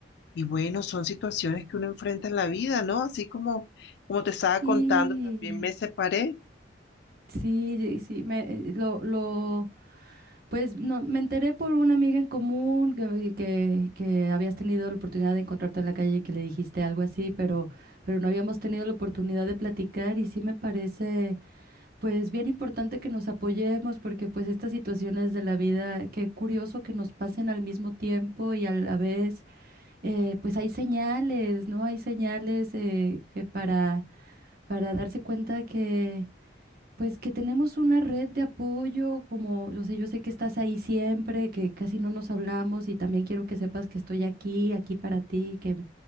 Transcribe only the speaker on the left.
y bueno, son situaciones que uno enfrenta en la vida, ¿no? Así como, como te estaba
contando, también me separé.